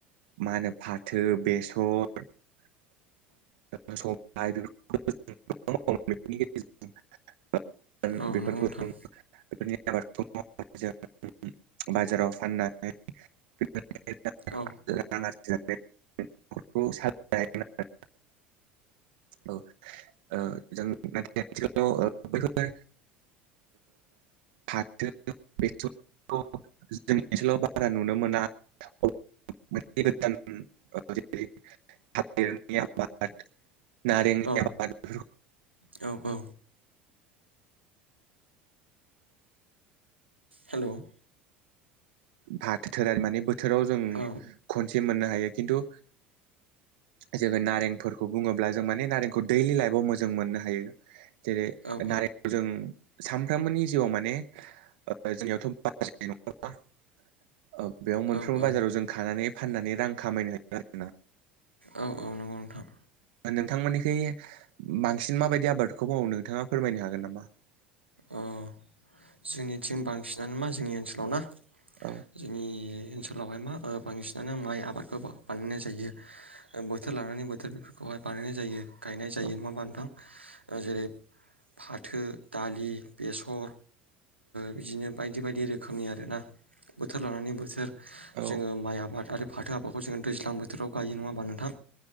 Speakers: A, on the right; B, on the right.
A: मा होनो फाथो बेसर <inaudible> <unintelligible> <unintelligible>
B: औ
A: बेफोरखौ
B: नंगौ नोंथां
A: जों बेफोरनि आबादखौ मावनानै जों बाजाराव फाननानै <unintelligible>
B: औ
A: न'खखौ साजोन औ औ जों नाथाय आथिखालाव बेफोर फाथो बे जोंनि ओनसोलाव बारा नुनो मोना मोनसे गोजान जेरैिर <unintelligible> नारें नि
B: औ
A: आबादखौ
B: औ औ हेलव
A: फाथोरारि माने बोथोराव जों
B: औ
A: खनसे मोननो हायो खिन्थु जोङो नारेंफोरखौ बुङोब्ला जों माने नारेंखौ दैलि लाइफाव मोजां मोननो हायो जेरै
B: औ
A: नारेंखौ जों सानफ्रोमबोनि जिउआव माने ओ जोंनियाव <unintelligible> ओ बेयाव मोनफ्रोमबो
B: औ औ
A: बाजाराव जों खानानै फाननानै रां खामायनो हायो आरोना
B: औ औ नंगौ नोंथां
A: नोंथांमोननि खि लबांसिन माबायदि आबादखौ बेखौ मावनो नोंथाङा फोरमायनो हागोन नामा
B: अ जोंनिथिं बांसिनानो मा जोंनि ओनसोलाव ना
A: औ
B: जोंनि ओनसोलावहाय मा ओ बांसिनानो माइ आबादखौ बानायनाय जायो बोथोर लानानै बोथोर बेफोरखौहाय बानायनाय जायो गायनाय जायो
A: औ
B: नङा बा नोंथां ओ‌ जेरै फाथो दालि बेसर ओ बिदिनो बायदि बायदि रोखोम रोखोमनि आरोना बोथोर लानानै बोथोर
A: औ
B: जोङो माइ आबाद आरो फाथो आफाखौ जोङो दैज्लां बोथोराव गायो नङा होमबा नोंथां